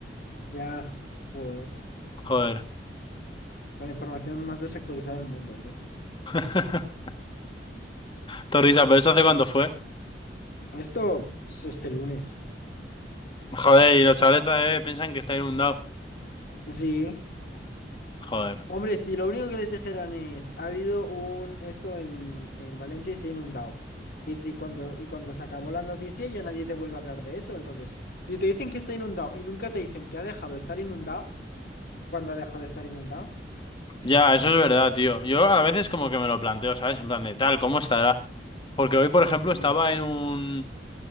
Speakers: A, on the left; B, on the left.
A: ya, joder,
B: Joder.
A: la información más desactualizada del mundo, bro.
B: <laughs> Torrisa, ¿pero eso hace cuánto fue?
A: Esto es este lunes.
B: Joder, y los chavales todavía piensan que está inundado.
A: Sí.
B: Joder.
A: Hombre, si lo único que les dijeron es, ha habido un esto en, en Valencia y se ha inundado. Y, y cuando, y cuando se acabó la noticia ya nadie te vuelve a hablar de eso. Entonces, si te dicen que está inundado y nunca te dicen que ha dejado de estar inundado, ¿cuándo ha dejado de estar inundado?
B: Ya, eso es verdad, tío. Yo a veces como que me lo planteo, ¿sabes? En plan de tal, ¿cómo estará? Porque hoy, por ejemplo,
A: Sí,
B: estaba en un